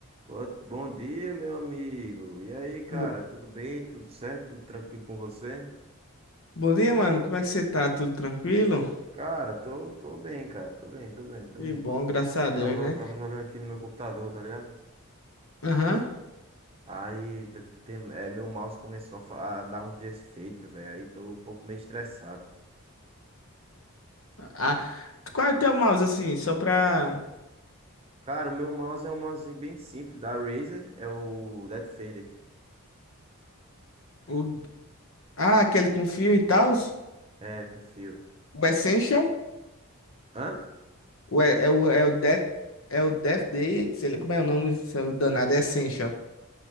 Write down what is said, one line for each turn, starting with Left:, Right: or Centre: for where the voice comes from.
Right: Bo- Bom dia, meu amigo. E aí, cara,
Left: Bo-
Right: tudo bem? Tudo certo? Tudo tranquilo com você?
Left: Bom dia, mano. Como é que você tá? Tudo tranquilo?
Right: Cara, tô, tô bem, cara. Tô bem, tô bem, tô
Left: Que
Right: bem.
Left: bom, graças a Deus,
Right: Tava,
Left: né?
Right: tava jogando aqui no meu computador, tá ligado?
Left: Aham.
Right: Aí teve- tem, é, meu mouse começou a, fa- a dar uns defeitos, velho. Aí tô um pouco meio estressado.
Left: Ah, qual é o teu mouse, assim? Só pra...
Right: Cara, o meu mouse é um mouse bem simples da Razer. É o Death Fader.
Left: O... Ah, aquele com fio e tal?
Right: É, com fio.
Left: O Essential?
Right: Hã?
Left: O, é, é o, é o Death... É o Death Day? Sei lá como é o nome, seu danado. É Essential,